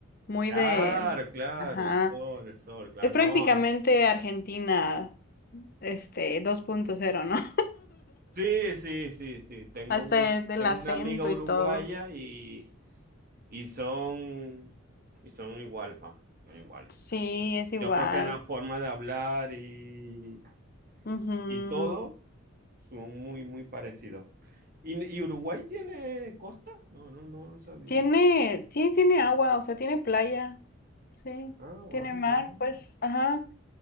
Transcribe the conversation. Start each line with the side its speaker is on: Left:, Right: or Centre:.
Left: muy
Right: claro,
Left: de,
Right: claro,
Left: ajá,
Right: el sol, el sol, claro,
Left: es
Right: no.
Left: prácticamente Argentina, este, dos punto cero ¿no? <laughs>
Right: Sí, sí, sí, sí. Tengo
Left: Hasta
Right: un,
Left: el, el
Right: tengo
Left: acento
Right: una amiga uruguaya
Left: y todo.
Right: y, y son, y son iguales, vamos, son iguales.
Left: Sí, es igual.
Right: Yo creo que en la forma de hablar y,
Left: Ujú.
Right: y todo son muy, muy parecidos. ¿Y, y Uruguay tiene costa? No, no, no lo sabía.
Left: Tiene, sí, tiene agua, o sea, tiene playa, sí,
Right: Ah, vale.
Left: tiene mar,
Right: vale.
Left: pues, ajá,